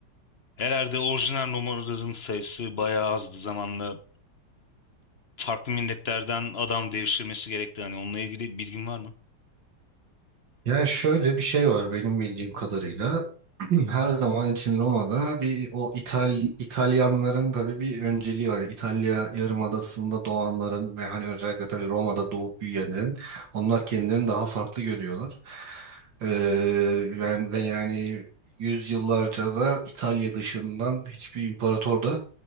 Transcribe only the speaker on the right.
Yani şöyle bir şey var benim bildiğim kadarıyla. <clears throat> Her zaman için Roma'da bir o İtal İtalyanların tabii bir önceliği var. İtalya Yarımadası'nda doğanların ve hani özellikle tabii Roma'da doğup büyüyenlerin onlar kendilerini daha farklı görüyorlar. Ee, yani ve yani yüzyıllarca da İtalya dışından hiçbir imparator da